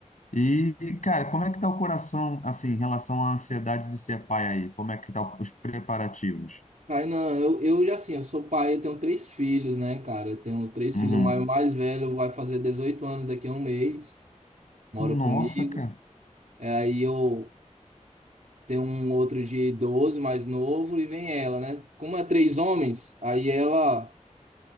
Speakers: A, on the left; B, on the right.
A: E, cara, como é que tá o coração, assim, em relação à ansiedade de ser pai aí? Como é que tá os preparativos?
B: Aí não, eu, eu já assim, eu sou pai, eu tenho três filhos, né, cara? Eu tenho três
A: Uhum.
B: filhos, o mais, mais velho vai fazer 18 anos daqui a um mês, mora
A: Nossa,
B: comigo.
A: cara.
B: É, Aí eu tenho um outro de 12 mais novo, e vem ela, né? Como é três homens, aí ela